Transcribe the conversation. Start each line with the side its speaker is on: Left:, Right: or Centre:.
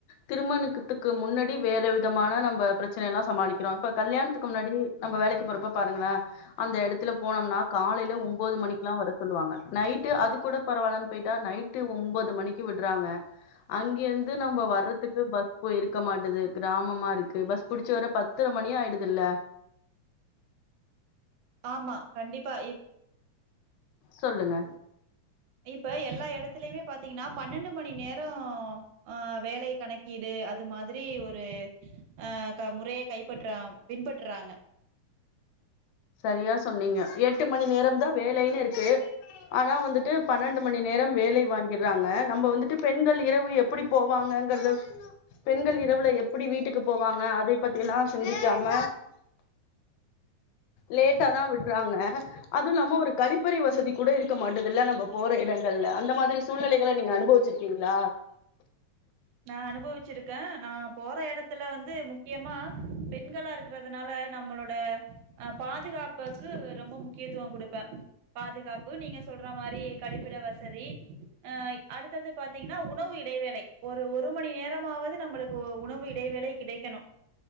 Left: திருமணத்துக்கு முன்னாடி வேற விதமான நம்ம பிரச்சன எல்லா சமாளிக்கிறோ இப்ப கல்யாணத்துக்கு முன்னாடி நம்ம வேலக்கி போறப்ப பாருங்களே அந்த எடத்துல போனோம்னா காலையில ஒன்பது மணிக்கெல்லா வர சொல்லுவாங்க நைட்டு அது கூட பரவால்லன்னு போயிட்டா நைட்டு ஒம்பது மணிக்கு விட்றாங்க அங்கெர்ந்து நம்ம வர்றதுக்கு பஸ் போய் இருக்க மாட்டேது கிராமமா ருக்கு பஸ் புடிச்சு வர பத் பத்தர மணி ஆயிடுதில்ல
Right: ஆமா கண்டிப்பா இப்
Left: சொல்லுங்க
Right: இப்ப எல்லா எடத்துலயுமே பாத்தீங்னா பன்னெண்டு மணி நேரோ ஆ வேலை கணக்கீடு அது மாதிரி ஒரு அ முறையை கைப்பற்றா பின்பற்றாங்க
Left: சரியா சொன்னீங்க எட்டு மணி நேரம்தா வேலைன்னு இருக்கு ஆனா வந்துட்டு பன்னெண்டு மணி நேரம் வேலை வாங்கிறாங்க நம்ம வந்துட்டு பெண்கள் இரவு எப் எப்படி போவாங்கங்கறத பெண்கள் இரவுல எப்டி எப்படி வீட்டுக்கு போவாங்க அதை பத்தி எல்லா சிந்திக்காம லேட்டா தா விட்றாங்க அதுவுலாம ஒரு கழிப்பறை வசதி கூட இருக்க மாட்டதில்ல நம்ம போற இடங்கள்ல அந்த மாதிரி சூழ்நிலை கள நீங்க அனுபவிச்சிருக்கீங்ளா
Right: நா அனுபவச்சிருக்கே நா போற எடத்துல வந்து முக்கியமா பெண்களா இருக்கறதுனால நம்மளோட அ பாதுகாப்புக்கு ரொம்ப முக்கியத்துவ குடுப்பே பாதுகாப்பு நீங்க சொல்ற மாரி கழிப்பிட வசதி அ அடுத்தது பாத்தீங்னா உண உணவு இடைவேளை ஒரு ஒரு மணி நேரமாவது நம்மளுக்கு உணவு இடைவேளை கிடைக்கணு